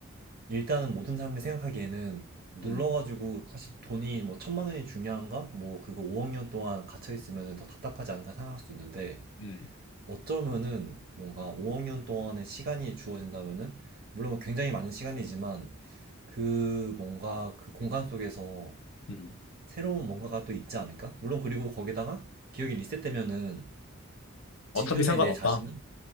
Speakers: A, on the right (about 45°); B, on the left (about 70°).
A: 일단은 모든 사람들이 생각하기에는 눌러가지고
B: 음,
A: 사실 돈이 뭐 천만 원이 중요한가? 뭐 그거 5억 년 동안 갇혀있으면 더 답답하지 않을까 생각할 수도 있는데
B: 음,
A: 어쩌면은 뭔가 5억 년 동안의 시간이 주어진다면은 물론 뭐 굉장히 많은 시간이지만 그 뭔가 그 공간 속에서
B: 음.
A: 새로운 뭔가가 또 있지 않을까? 물론 그리고 거기다가 기억이 리셋되면은
B: 어차피
A: 지금의
B: 상관없다.
A: 내 자신은